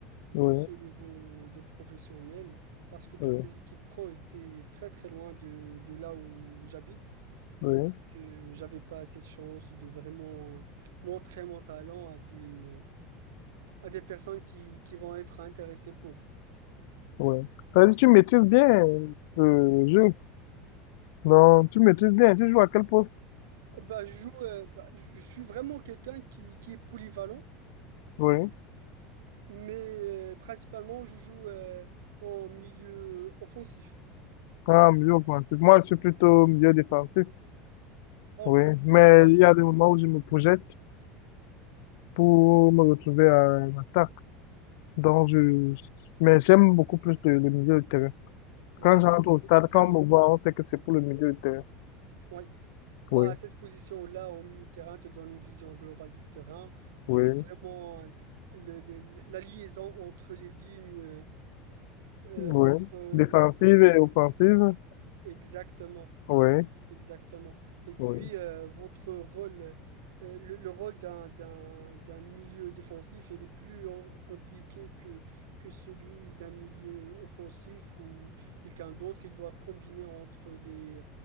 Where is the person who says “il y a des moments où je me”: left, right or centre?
Left